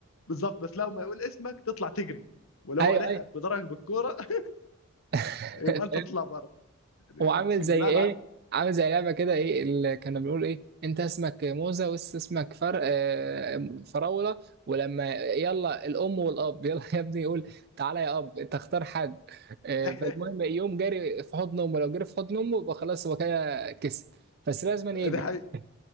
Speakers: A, on the left; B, on the right.
A: بالظبط بس لو ما يقول اسمك تطلع تجري ولو
B: ايوه
A: هو لحقك
B: ايوه
A: وضربك بالكوره <laughs>
B: <laughs>
A: يبقى انت تطلع بره يعني
B: هو عامل
A: اقسم
B: زي
A: بالله
B: ايه
A: العب
B: عامل زي لعبه كده ايه اللي كنا بنقول ايه انت اسمك موزه وانت اسمك فر آه، فراوله ولما يلا الام والاب يلا يا ابني يقول تعالى يا اب انت اختار حد آه،
A: <laughs>
B: فالمهم يقوم جاري في حضن امه لو جري في حضن امه يبقى خلاص هو كده كسب بس لازم
A: ده
B: يجري
A: حقيقي
B: <laughs>